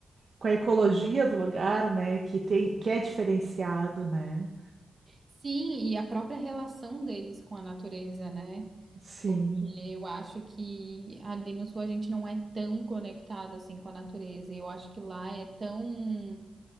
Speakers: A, on the right; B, on the right.
A: com a ecologia do lugar, né? Que tem, que é diferenciado, né?
B: Sim, e a própria relação deles com a natureza, né?
A: Sim.
B: Porque eu acho que ali no sul a gente não é tão conectado assim com a natureza. E Eu acho que lá é tão